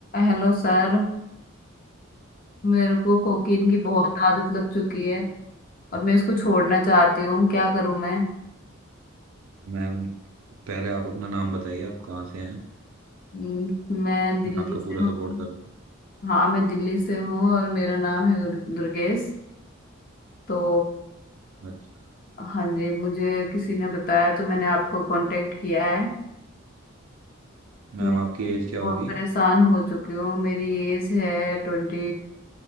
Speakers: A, on the left (about 45°); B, on the right (about 85°).
A: Hello sir मेरे को cocaine की
B: Hello
A: बहुत आदत लग चुकी है और मैं इसको छोड़ना चाहती हूँ क्या करूँ मैं
B: ma'am पहले आप अपना नाम बताइए आप कहाँ से हैं
A: हम्म, मैं दिल्ली
B: मैं आपका
A: से
B: पूरा
A: हूँ
B: सपोर्ट करूंगा
A: हाँ मैं दिल्ली से हूँ और मेरा नाम है दुर- दुर्गेश तो
B: अच्छा
A: हाँ जी मुझे किसी ने बताया तो मैंने आपको कांटेक्ट किया है
B: मैम
A: मैं
B: आपकी
A: इस-
B: एज क्या होगी
A: बहुत परेशान हो चुकी हूँ मेरी एज है ट्वेंटी